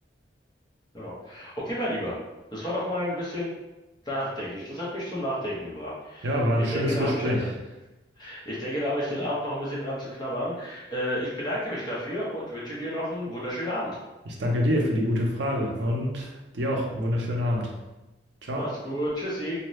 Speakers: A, on the left; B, on the right.
A: Ja. Okay, mein Lieber, das war doch mal ein bisschen nachdenklich. Das hat mich zum Nachdenken gebracht.
B: Ja, war
A: Ich
B: ein schönes
A: denke, da
B: Gespräch.
A: habe ich heute Ich denke, da habe ich den Abend noch ein bisschen dran zu knabbern. Äh, ich bedanke mich dafür und wünsche dir noch einen wunderschönen Abend.
B: Ich danke dir für die gute Frage und dir auch einen wunderschönen Abend. Ciao.
A: Mach's gut. Tschüssi.